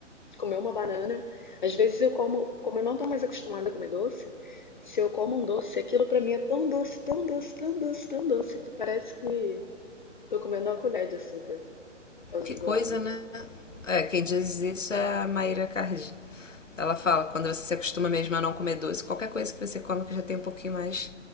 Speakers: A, on the left; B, on the left.
A: Comer uma banana, às vezes eu como, como eu não tô mais acostumada a comer doce, se eu como um doce, aquilo pra mim é tão doce, tão doce, tão doce, tão doce que parece que eu tô comendo uma colher de açúcar por causa
B: Que
A: do
B: coisa,
A: hábito.
B: né? É, quem diz isso é a Maíra Cardi. Ela fala, quando você se acostuma mesmo a não comer doce, qualquer coisa que você come que já tem um pouquinho mais,